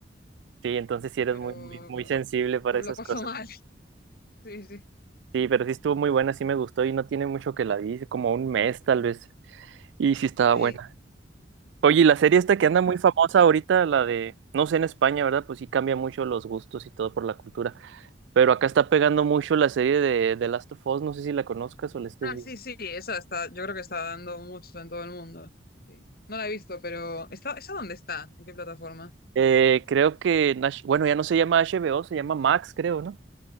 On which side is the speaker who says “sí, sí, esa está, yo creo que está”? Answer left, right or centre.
Left